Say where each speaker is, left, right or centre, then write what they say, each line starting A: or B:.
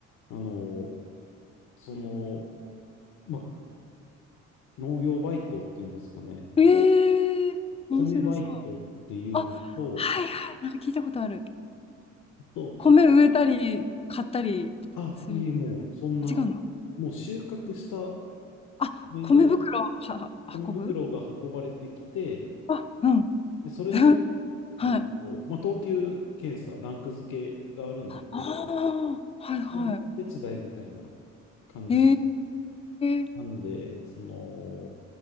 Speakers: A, on the left; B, on the left.
A: あの、その、まあ、農業バイトっていうんですかね。
B: うん。ええー、
A: 米バイトっていうのと、
B: 面白そう。あ、はいはい、なんか聞いたことある。
A: と、
B: 米植えたり、買ったりするんですよね。
A: あ、いえ、もうそんな、
B: あ、違うの
A: もう収穫した
B: あ、
A: 米が、
B: 米袋をは、は運ぶ
A: 米袋が運ばれてきて、
B: あ、うん。
A: で、それの、
B: <laughs> はい。
A: あの、まあ、等級検査、ランク付けがあるんですけど、
B: ああ、はいはい。
A: それのお手伝いみたいな感じ
B: ええー、
A: なんで、その、